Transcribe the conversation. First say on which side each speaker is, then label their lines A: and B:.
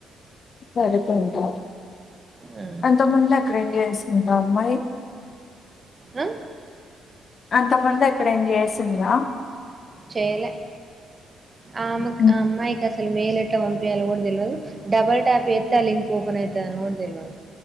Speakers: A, on the left; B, on the right.
A: సరె <unintelligible> పో
B: ఆ!
A: అంత ముందకేం ఎస్ గా అమ్మాయి
B: అ
A: అంతకుముందు ఎక్కడై నా చేసిందా
B: చేయలే ఆమేక్
A: హ్మ్.
B: అ అమ్మాయికి అసలు మెయిల్ ఎట్టా ఎట్లా పంపియాలో కూడా తెల్వదు డబల్ టాప్ చెత్తే లింక్ ఓపన్ అవుతుంది అని కూడా తెల్వద్